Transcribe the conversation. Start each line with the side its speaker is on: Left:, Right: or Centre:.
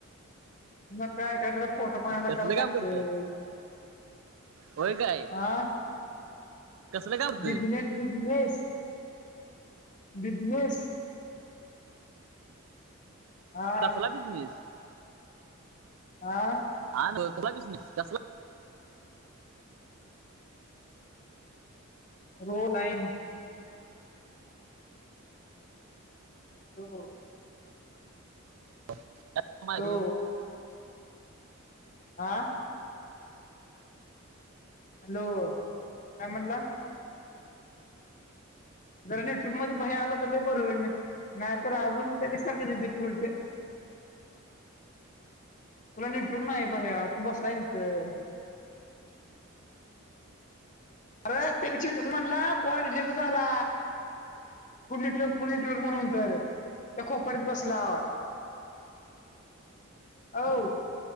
Left: मग काय <unintelligible> पोटा पाण्याला
Right: कसलं
Left: करावं लागतय
Right: काम करत्यास? होय काय?
Left: आ
Right: कसलं काम करतोय?
Left: Business, business business. हा
Right: तसला बिसमीस <unintelligible>
Left: हा
Right: ह कसला बिझनेस कसला.
Left: रो लाईन हो.
Right: <unintelligible>
Left: हो आ हॅलो, काय म्हणला? जरा न ट्रूप मध्ये, बाहेर आला तर लई बर होईल, नाही तर अजून कधी सारखे रिझल्ट होईल ते. तुला नेटवर्क नाई भैया, तू बसलाय तिथं. अर त्या दिवशी तस म्हणला कॉल रिजेक्ट झाला फुल्ल नेटवर्क, फुल्ल नेटवर्क, म्हणून तर त्या खोपड्यात बसला. आव